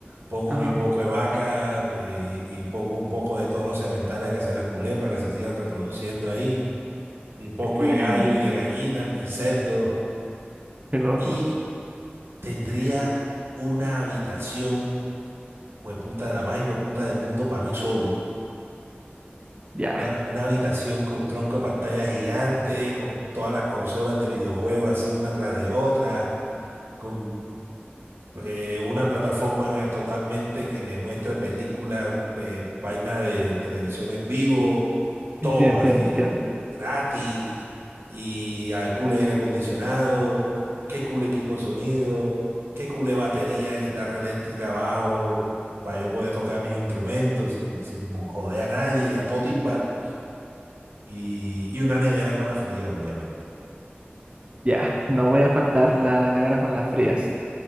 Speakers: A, on the right; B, on the right.
A: pongo
B: Ajá.
A: mi poco de vaca eh, y, y pongo un poco de toros sementales que se las culen para que se sigan reproduciendo ahí, mi poco
B: <gasps>
A: de gallo y de
B: <laughs>
A: gallina, mi cerdo
B: Qué loco.
A: y tendría una habitación Hueputa, la más hueputa del mundo para mí solo.
B: Ya.
A: Una, una habitación con tronco de pantalla gigante, con todas las consolas de videojuegos así una tras de otra, con eh, una plataforma totalmente que me muestre películas, eh, vainas de televisión en vivo, todo
B: Sí, sí, entiendo,
A: así
B: entiendo.
A: gratis y a cool aire acondicionado, qué cool equipo de sonido, qué cool batería, guitarra eléctrica, bajo, para yo poder tocar mis instrumentos sin, sin joder a nadie y a todo timbal. Y, y una nevera con la fría, obviamente.
B: Ya. No voy a faltar la, la nevera con las frías.